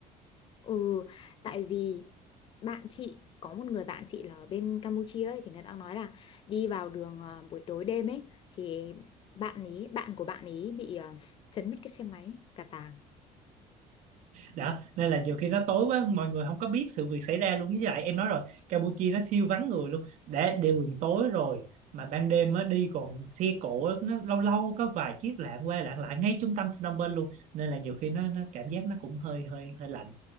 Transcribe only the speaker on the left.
Ừ, tại vì bạn chị có một người bạn chị là ở bên Campuchia ấy thì người ta nói là đi vào đường ờ, buổi tối đêm ấy thì bạn ý bạn của bạn ý bị ờ, chấn mất cái xe máy cả tàng